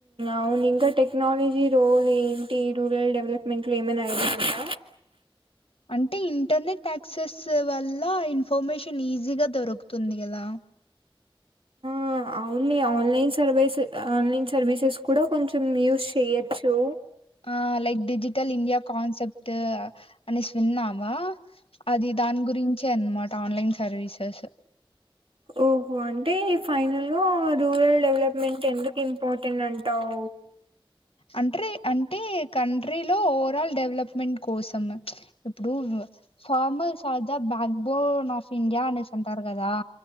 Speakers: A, on the right (about 75°); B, on the left (about 85°).
A: అవును ఇంకా టెక్నాలజీ రోల్ ఏంటి రూరల్ డెవలప్మెంట్లో ఏమైనా ఐడియా ఉందా.
B: <inaudible> అంటె ఇంటర్నెట్ యాక్సెస్ వల్ల ఇన్ఫర్మేషన్ ఈజీగా దొరుకుతుంది గదా.
A: అ అవుని ఆన్లైన్ సర్వీసె ఆన్లైన్ సర్వీసెస్ కుడా కొంచెం యూస్ చేయచ్చూ
B: ఆ లైక్ డిజిటల్ ఇండియా కాన్సెప్ట్ అనేసి విన్నామా. అది దాని గురించే అన్మాట ఆన్లైన్ సర్వీసెస్.
A: ఓహో అంటే ఫైనల్గా రూరల్ డెవలప్మెంట్ ఎందుకు ఇంపార్టెంట్ అంటావ్.
B: అంట్రే అంటే కంట్రీలో ఓవరాల్ డెవలప్మెంట్ కోసం ఇప్పుడూ ఫార్మర్స్ ఆర్ ద బ్యా బ్యాక్బోన్ ఆఫ్ ఇండియా అనేసి అంటారు కదా.